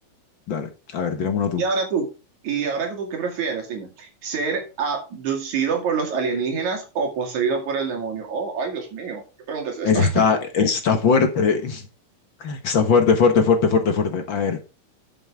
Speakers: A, on the left; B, on the right.
A: Dale, a ver, tírame uno tú.
B: Y ahora tú, y ahora que tú, ¿qué prefieres? Dime, ¿ser abducido por los alienígenas o poseído por el demonio? Oh, ay Dios mío, ¿qué pregunta es esta?
A: Ese Está, está fuerte, <laughs> está fuerte, fuerte, fuerte, fuerte, fuerte. A ver,